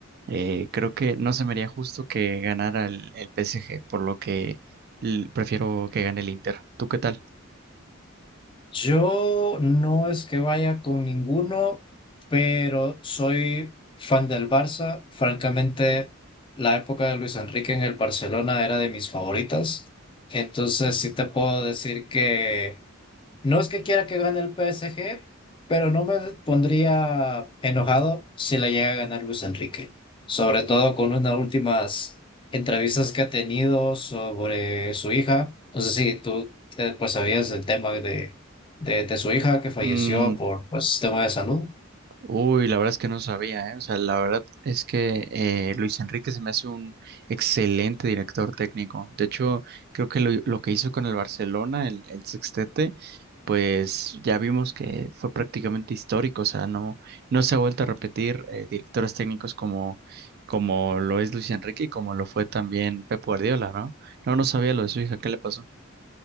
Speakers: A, on the right; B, on the left.
A: Eh, creo que no se me haría justo que ganara el, el PSG, por lo que l- prefiero que gane el Inter. ¿Tú qué tal?
B: Yo no es que vaya con ninguno, pero soy fan del Barça. Francamente, la época de Luis Enrique en el Barcelona era de mis favoritas. Entonces, sí te puedo decir que No es que quiera que gane el PSG, pero no me pondría enojado si le llega a ganar Luis Enrique. Sobre todo con unas últimas entrevistas que ha tenido sobre su hija. No sé si tú eh, pues sabías del tema de, de, de su hija que falleció
A: Mm,
B: por pues tema de salud.
A: Uy, la verdad es que no sabía, ¿eh? O sea, la verdad es que eh, Luis Enrique se me hace un excelente director técnico. De hecho, creo que lo, lo que hizo con el Barcelona, el, el sextete, pues ya vimos que fue prácticamente histórico. O sea, no, no se ha vuelto a repetir eh, directores técnicos como, como lo es Luis Enrique y como lo fue también Pep Guardiola, ¿no? No, no sabía lo de su hija, ¿qué le pasó?